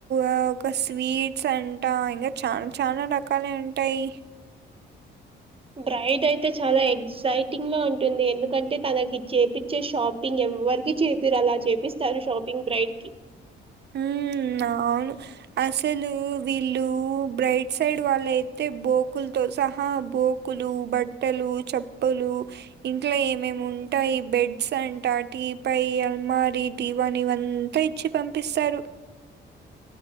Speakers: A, on the right; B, on the right.
A: ఆ ఒక స్వీట్స్ అంటా ఇంగ చా చాన రకాలె అంట్ టయ్
B: బ్రైడ్ అయితే చాలా ఎక్సైటింగ్ గా ఉంటుంది ఎందుకంటే తనకి చేపిచ్చే షాప్ ఇంగ ఎవ్వరికి చేపీరు అలా చేపిస్తారు షాపింగ్ బ్రైడ్ కి
A: ఊ అవును అసలూ వీళ్లూ బ్రైట్ సైడ్ వాళ్ళయి తె బోకుల్ తో సహా బోకులూ బట్టలూ చెప్పలూ ఇంట్లో ఏమేమి ఉంటాయి బెడ్స్ అంటా టీ పయ్ అల్మారి దీవాని ఈ వన్ తే ఇచ్చి పంపిస్సారు